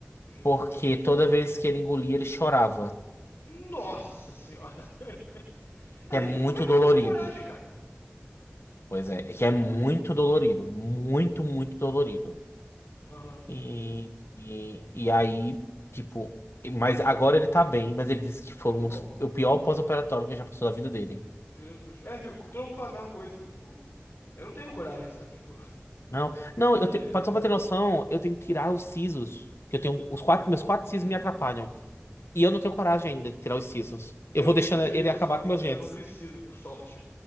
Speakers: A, on the left; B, on the left.
A: Jesus.
B: porque toda vez que ele engolia, ele chorava.
A: Nossa senhora. <laughs> Aí,
B: Que é muito
A: como é que
B: dolorido.
A: eu vou ter coragem, cara?
B: Pois é, que
A: <laughs>
B: é muito dolorido. Muito, muito dolorido.
A: Aham.
B: E, e, e aí, tipo. Mas agora ele tá bem, mas ele disse que foi
A: Ah, que
B: um
A: bom.
B: dos- o pior pós-operatório que ele já passou da vida dele.
A: Jesus. É, viu? Todo mundo fala a mesma coisa. Tipo, eu não tenho coragem, sabe? Tipo, <laughs>
B: Não, não, eu
A: ai,
B: te, pra-
A: ai, cara.
B: só pra ter noção, eu tenho que tirar os sisos. Que eu tenho. Os quatro, meus quatro
A: Hum,
B: sisos me atrapalham. E eu não tenho coragem ainda de tirar os sisos.
A: eu
B: Eu vou
A: nunca
B: deixando
A: tirei
B: ele
A: os
B: acabar
A: sisos,
B: com
A: mas
B: meus dentes.
A: eu não preciso, por sorte.